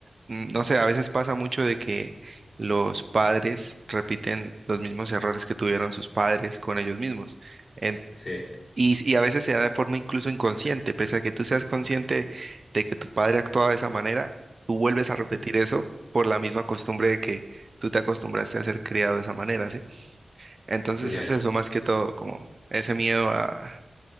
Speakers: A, on the right; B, on the left.
A: mm, no sé, a veces pasa mucho de que los padres repiten los mismos errores que tuvieron sus padres con ellos mismos. En-
B: Sí.
A: y, y a veces se da de forma incluso inconsciente, pese a que tú seas consciente de que tu padre actuaba de esa manera, tú vuelves a repetir
B: <clears throat>
A: eso por la misma costumbre de que tú te acostumbraste a ser criado de esa manera, ¿sí? Entonces
B: Ya.
A: es eso más que todo, como ese miedo a,